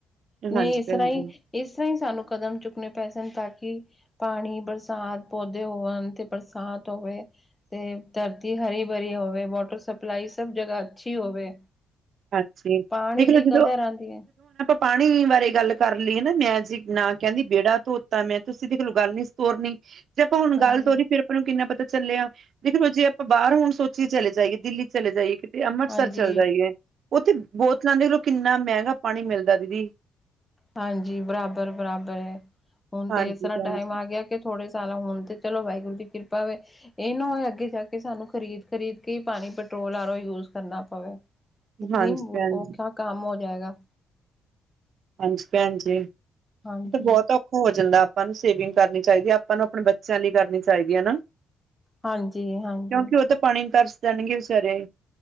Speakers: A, on the left; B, on the right.
A: ਨਹੀਂ
B: ਹਾਂਜੀ
A: ਇਸ
B: ਭੈਣ
A: ਤਰਾਂ ਹੀ
B: ਜੀ
A: ਇਸ ਹੀ ਸਾਨੂੰ ਕਦਮ ਚੁੱਕਣੇ ਪੈ ਸਨ ਤਾਂ ਕਿ ਪਾਣੀ ਬਰਸਾਤ ਪੌਦੇ ਹੋਣ ਤੇ ਬਰਸਾਤ ਹੋਵੇ ਤੇ ਧਰਤੀ ਹਰੀ ਭਰੀ ਹੋਵੇ ਵਾਟਰ ਸਪਲਾਈ ਸਭ ਜਗ੍ਹਾ ਅੱਛੀ ਹੋਵੇ
B: ਹਾਂਜੀ।
A: ਪਾਣੀ ਦੀ
B: <inaudible> <inaudible>
A: ਕਦਰ ਆਂਦੀ ਹੈ,
B: ਪਾਣੀ ਬਾਰੇ ਗੱਲ ਕਰ ਲਈਏ ਨਾ ਮੈਂ ਜੇ ਨਾ ਕਹਿੰਦੀ ਵਿਹੜਾ ਧੋਤਾ ਮੈਂ ਤੁਸੀਂ ਦੇਖਲੋ ਗੱਲ ਨੀ ਸੀ ਤੋਰਨੀ ਜੇ ਆਪਾਂ ਹੁਣ
A: ਹਾਂਜੀ,
B: ਗੱਲ ਤੋਰੀ ਫਿਰ ਆਪਾਂ ਨੂੰ ਕਿੰਨਾ ਪਤਾ ਚੱਲਿਆ, ਦੇਖਲੋ ਜੇ ਆਪਾਂ ਬਾਹਰ ਹੋਣ ਸੋਚੀ ਚਲੇ ਜਾਈਏ ਦਿੱਲੀ ਚਲੇ ਜਾਈਏ ਤੇ ਅੰਮ੍ਰਿਤਸਰ
A: ਹਾਂਜੀ।
B: ਚੱਲ ਜਾਈ ਹੈ ਉੱਥੇ ਬੋਤਲਾਂ ਦੇਖਲੋ ਕਿੰਨਾ ਮਹਿੰਗਾ ਪਾਣੀ ਮਿਲਦਾ ਦੀਦੀ
A: ਹਾਂਜੀ ਬਰਾਬਰ- ਬਰਾਬਰ ਹੈ ਹੁਣ
B: ਹਾਂਜੀ
A: ਤੇ ਇਸ ਤਰ੍ਹਾਂ
B: ਭੈਣ
A: ਟਾਈਮ
B: ਜੀ
A: ਆ ਗਿਆ ਥੋੜੇ ਸਾਲਾਂ ਹੋਣ ਤੇ ਚਲੋ ਵਾਹਿਗੁਰੂ ਦੀ ਕਿਰਪਾ ਵੇ ਇਹਨੂੰ ਅੱਗੇ ਜਾ ਕੇ ਸਾਨੂੰ ਖਰੀਦ -ਖਰੀਦ ਕੇ ਪਾਣੀ ਪੈਟਰੋਲ ਆ ਯੂਜ ਕਰਨਾ ਪਵੇ ਇਤਨੀ
B: ਹਾਂਜੀ ਭੈਣ
A: ਔਖਾ
B: ਜੀ
A: ਕੰਮ ਹੋ ਜਾਏਗਾ
B: ਹਾਂਜੀ ਭੈਣ ਜੀ ਇਹ
A: ਹਾਂਜੀ
B: ਤਾਂ ਬਹੁਤ ਔ ਹੋ ਜਾਂਦਾ ਆਪਾਂ ਨੂੰ ਸੇਵਿੰਗ ਕਰਨੀ ਚਾਹੀਦੀ ਆਪਾਂ ਨੂੰ ਆਪਣੇ ਬੱਚਿਆਂ ਲਈ ਕਰਨੀ ਚਾਹੀਦੀ ਹੈ ਨਾ
A: ਹਾਂਜੀ- ਹਾਂਜੀ
B: ਕਿਉਂਕਿ ਉਹ ਤਾਂ ਪਾਣੀ ਨੂੰ ਤਰਸ ਜਾਣਗੇ ਵਿਚਾਰੇ